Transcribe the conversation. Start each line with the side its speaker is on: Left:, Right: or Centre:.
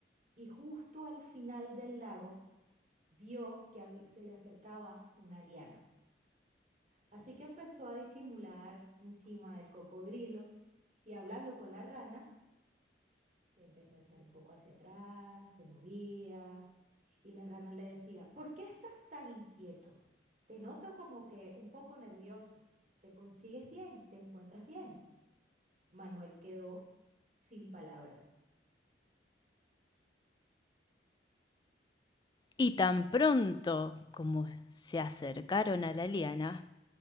Right: y justo al final del lago vio que habí- se le acercaba una liana. Así que empezó a disimular encima del cocodrilo y hablando con la rana, Se empezó a echar un poco hacia atrás, se movía, y la rana le decía, ¿por qué estás tan inquieto? Te noto como que un poco nervioso. ¿Te consigues bien? ¿Te encuentras bien? Manuel quedó sin palabras.
Left: Y tan pronto como se acercaron a la liana,